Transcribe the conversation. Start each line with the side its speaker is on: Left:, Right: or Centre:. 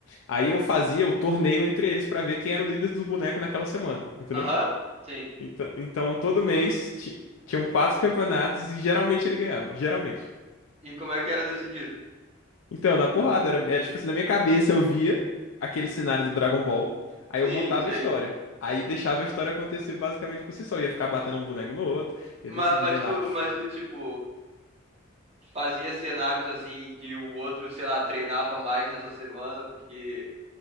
Left: Aí eu fazia o torneio entre eles pra ver quem era o líder do boneco naquela semana, entendeu?
Right: Aham, sim.
Left: Então, então todo
Right: E
Left: mês
Right: como,
Left: ti- tinham quatro campeonatos e geralmente ele ganhava. Geralmente.
Right: e como é que era decidido?
Left: Então, na porrada, era, era tipo assim, na minha cabeça eu via aquele cenário do Dragon Ball, aí
Right: Sim,
Left: eu montava
Right: sei.
Left: a história. Aí deixava a história acontecer basicamente por si só. Ia ficar batendo um boneco no outro, ia
Right: Mas,
Left: decidindo
Right: mas
Left: ir lá.
Right: tu, mas tu, tipo, fazia cenários assim que o outro, sei lá, treinava mais nessa semana porque